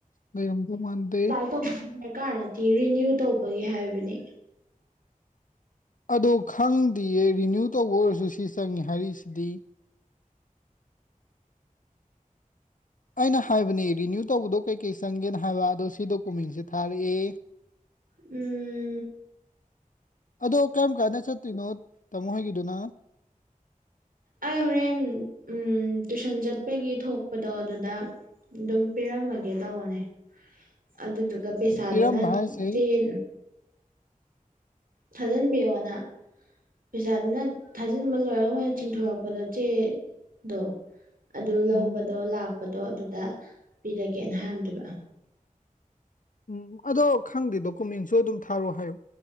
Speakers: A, on the left; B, on the right.
A: ꯂꯩꯔꯝꯗꯧ ꯃꯥꯟꯗꯦ
B: <unintelligible> ꯀꯥꯔꯗꯤ ꯔꯤꯅ꯭ꯌꯨ ꯇꯧꯕꯒꯤ ꯍꯥꯏꯕꯅꯦ
A: ꯑꯗꯣ ꯈꯪꯗꯤꯌꯦ ꯔꯤꯅ꯭ꯌꯨ ꯇꯧꯕ ꯑꯣꯏꯔꯁꯨ ꯁꯤ ꯆꯪꯉꯦ ꯍꯥꯏꯔꯤꯁꯤꯗꯤ ꯑꯩꯅ ꯍꯥꯏꯕꯅꯦ ꯔꯤꯅ꯭ꯌꯨ ꯇꯧꯕꯗꯣ ꯀꯩꯀꯩ ꯆꯪꯒꯦꯅ ꯍꯥꯏꯕ ꯑꯗꯣ ꯁꯤ ꯗꯣꯀꯨꯃꯦꯟꯁꯦ ꯊꯥꯔꯛꯑꯦ
B: ꯎꯝ
A: ꯑꯗꯣ ꯀꯔꯝ ꯀꯥꯟꯗ ꯆꯠꯇꯣꯏꯅꯣ ꯇꯥꯃꯣ ꯍꯣꯏꯒꯤꯗꯨꯅ
B: ꯑꯩ ꯍꯣꯔꯦꯟ ꯎꯝ ꯇꯨꯏꯁꯟ ꯆꯠꯄꯒꯤ ꯊꯣꯛꯄꯗꯣ ꯑꯗꯨꯗ ꯑꯗꯨꯝ ꯄꯤꯔꯝꯃꯒꯦ ꯇꯧꯕꯅꯦ ꯑꯗꯨꯗꯨꯒ ꯄꯩꯁꯥꯗꯨꯅ
A: ꯄꯤꯔꯝꯕ ꯍꯥꯏꯁꯦ
B: ꯆꯦꯟ ꯊꯥꯖꯟꯕꯤꯌꯣꯅ ꯄꯩꯁꯥꯗꯨꯅ ꯊꯥꯖꯤꯟꯕ ꯂꯣꯏꯔ ꯃꯣꯏꯅ ꯆꯤꯡꯊꯣꯔꯛꯄꯗꯣ ꯆꯦꯗꯣ ꯑꯗꯨ ꯂꯧꯕꯗꯣ
A: ꯎꯝ
B: ꯂꯥꯛꯄꯗꯣ ꯑꯗꯨꯗ ꯄꯤꯔꯒꯦꯅ ꯍꯥꯏꯔꯝꯗꯣꯏꯕ
A: ꯎꯝ ꯑꯗꯣ ꯈꯪꯗꯦ ꯗꯣꯀꯨꯃꯦꯟꯁꯨ ꯑꯗꯨꯝ ꯊꯥꯔꯣ ꯍꯥꯏꯌꯣ